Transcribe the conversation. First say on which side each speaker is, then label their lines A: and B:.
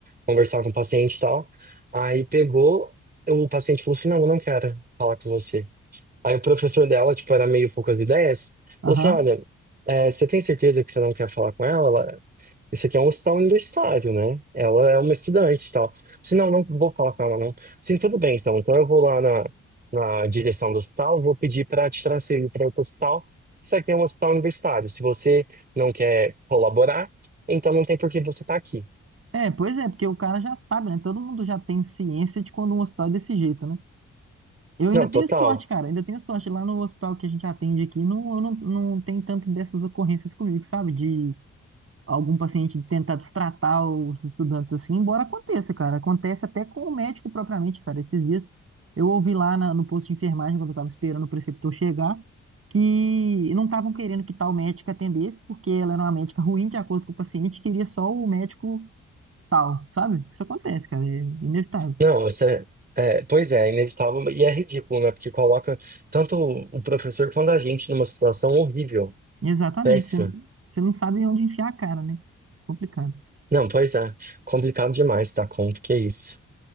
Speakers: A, on the right (about 30°); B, on the right (about 50°).
A: conversar com o paciente e tal, aí pegou, o paciente falou assim, não, eu não quero falar com você. Aí o professor dela, tipo, era meio poucas ideias,
B: aham.
A: falou assim, olha, é, você tem certeza que você não quer falar com ela? Ela- Isso aqui é um hospital universitário, né? Ela é uma estudante e tal. Se não, não vou falar com ela, não. Sim, tudo bem, então. Então eu vou lá na, na direção do hospital, vou pedir para te transferir para outro hospital. Isso aqui é um hospital universitário. Se você não quer colaborar, então não tem por que você estar aqui.
B: É, pois é, porque o cara já sabe, né? Todo mundo já tem ciência de quando um hospital é desse jeito, né? Eu ainda
A: Não,
B: tenho
A: total.
B: sorte, cara, ainda tenho sorte. Lá no hospital que a gente atende aqui, não, não, não tem tanto dessas ocorrências comigo, sabe? De algum paciente tentar destratar os estudantes assim, embora aconteça, cara. Acontece até com o médico propriamente, cara. Esses dias eu ouvi lá na- no posto de enfermagem, quando eu tava esperando o preceptor chegar, que não estavam querendo que tal médico atendesse, porque ela era uma médica ruim, de acordo com o paciente, queria só o médico tal, sabe? Isso acontece, cara, é inevitável.
A: Não, você. É, é, pois é, é inevitável e é ridículo, né? Porque coloca tanto o professor quanto a gente numa situação horrível,
B: Exatamente,
A: péssima.
B: você você não sabe onde enfiar a cara, né? Complicado.
A: Não, pois é, complicado demais dar conta, que é isso.